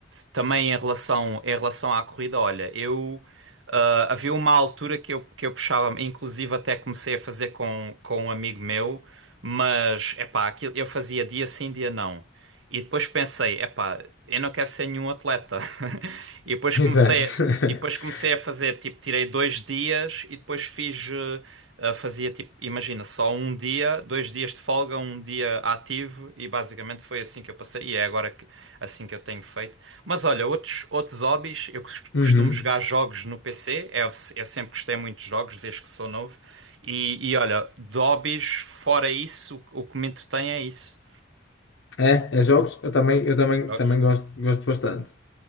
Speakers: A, on the right; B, on the left.
A: também em relação, em relação à corrida, olha, eu. ah, havia uma altura que eu, que eu puxava, inclusive até comecei a fazer com, com um amigo meu, mas é pá, aquilo, eu fazia dia sim, dia não. E depois pensei, epá, eu não quero ser nenhum atleta. <laughs> E depois
B: <laughs> Exato.
A: comecei, e depois
B: <laughs>
A: comecei a fazer, tipo, tirei dois dias e depois fiz, eh, eh, fazia tipo, imagina, só um dia, dois dias de folga, um dia ativo e basicamente foi assim que eu passei e é agora que, assim que eu tenho feito. Mas olha, outros, outros hobbies, eu cos-
B: Uhum.
A: costumo jogar jogos no PC, eu, se- eu sempre gostei muito de jogos desde que sou novo. E, e olha, de hobbies, fora isso, o, o que me entretém é isso.
B: É, é jogos? Eu também, eu também,
A: Jogos.
B: também gosto, gosto bastante.